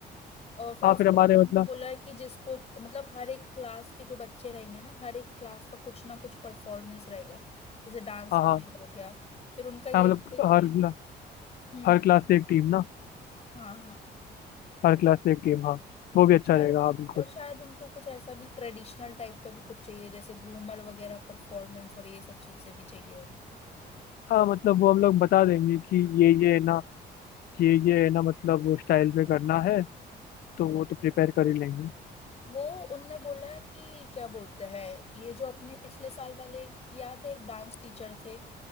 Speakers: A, on the left (about 35°); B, on the left (about 55°).
A: और फिर
B: हाँ
A: उसके
B: फिर हमारे
A: बाद उन्होंने
B: मतलब
A: बोला है कि जिसको मतलब हर एक क्लास के जो बच्चे रहेंगे ना हर एक क्लास का कुछ ना कुछ परफॉर्मेंस रहेगा जैसे डांस
B: हाँ
A: वगैरह
B: हाँ
A: हो गया फिर उनका ये
B: हाँ मतलब
A: भी है कि
B: हर क्ला-
A: हम्म
B: हर क्लास से एक टीम ना
A: हाँ हाँ
B: हर क्लास से एक टीम हाँ वो भी अच्छा
A: शायद
B: रहेगा हाँ बिल्कुल
A: और शायद उनको कुछ ऐसा भी ट्रेडिशनल टाइप का भी कुछ चाहिए जैसे घूमर वगैरह परफॉर्मेंस और ये सब चीजें भी चाहिए उनको
B: हाँ मतलब वो हम लोग बता देंगे कि ये ये है ना ये ये है ना मतलब स्टाइल पे करना है तो वो तो प्रिपेयर कर ही लेंगे
A: वो उनने बोला है कि क्या बोलते हैं ये जो अपने पिछले साल वाले एक याद है एक डांस टीचर थे